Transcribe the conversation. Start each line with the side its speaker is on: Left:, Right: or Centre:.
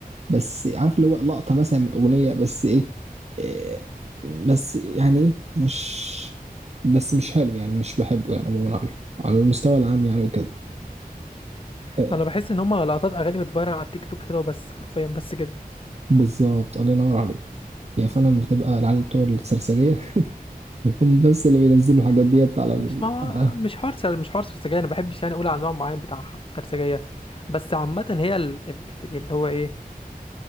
Right: بس عارف اللي هو لقطة مثلا من أغنية بس إيه إيه، بس يعني إيه مش بس مش حلو يعني مش بحبه يعني عموما على على المستوى العام يعني وكده إيه،
Left: انا بحس ان هما لقطات اغاني بتفيرل على التيك توك كده وبس حرفيا بس كده
Right: بالظبط الله ينور عليك هي فعلا بتبقى العيال بتوع السرسجية <laughs> هم بس اللي بينزلوا الحاجات ديت على ال...
Left: مش ما هو
Right: على-
Left: مش حوار سر مش حوار سرسجيه انا ما بحبش يعني اقول على نوع معين بتاع ح- سرسجيه بس عامه هي ال- ال- اللي هو ايه